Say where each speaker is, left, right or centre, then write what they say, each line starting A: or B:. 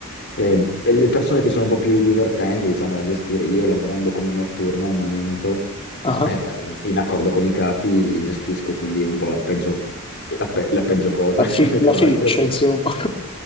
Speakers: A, on the left; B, on the left.
A: E- e le persone che sono un po' più divertenti, diciamo, da gestire, io lavorando come notturno al momento,
B: ah.
A: eh, in, in accordo con i capi, gestisco quindi un po' la peggio, la pe- la peggio cosa,
B: La,
A: <laughs>
B: fi-
A: mettiamola
B: la feccia,
A: così.
B: insomma. <laughs>